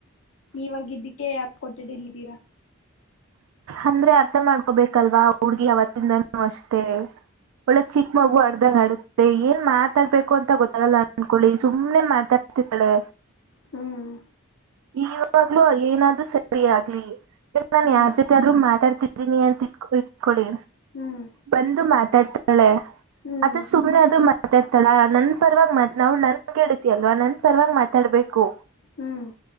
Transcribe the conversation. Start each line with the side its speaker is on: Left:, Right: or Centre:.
Left: ನೀವಾಗಿದ್ದಕ್ಕೆ ಯ ಕೊಠಡಿಲ್ಲಿದ್ದೀರಾ.
Right: ಅಂದ್ರೆ ಅರ್ಥ ಮಾಡ್ಕೊಬೇಕಲ್ವಾ ಹುಡ್ಗಿ ಅವತ್ತಿಂದನೂ ಅಷ್ಟೆ ಒಳ್ಳೆ ಚಿಕ್ಕ
Left: ಹ್ಮ್
Right: ಮಗು ಅಡ್ದಂಗ ಆಡುತ್ತೆ ಏನ್ ಮಾತಾಡ್ಬೇಕು ಅಂತ ಗೊತ್ತಾಗಲ್ಲ ಅನ್ಕೊಳ್ಳಿ ಸುಮ್ನೆ ಮಾತ ದ್ದಾಳೆ
Left: ಹ್ಮ್
Right: ಇವಾಗ್ಲೂ ಏನಾದ್ ಸ ಫರಿ ಆಗ್ಲಿ ಇವಾಗ ನಾನನ್
Left: ಹ್ಮ್
Right: ಯಾರ್ ಜೊತೆ ಆದ್ರರು ಮಾತಾಡ್ತಿದ್ದೀನಿ ಅಂತ ಇಟ್ಕೊ ಇಟ್ಕೊಡಿ
Left: ಹ್ಮ್
Right: ಬಂದು ಮಾತಾಡ್ತಾಳೆ
Left: ಹ್ಮ್
Right: ಅದ ಸುಮನೆ ಆದ್ರೂ ಮಾತಾಡ್ತಾಳ ನನ್ ಪರವಾಗಿ ಮಾತ್ ನ ನನ್ ನ ಕೇತಿ ಅಲ್ವಾ ನನ್ ಪರವಾಗಿ ಮಾತಾಡ್ಬೇಕು
Left: ಹ್ಮ್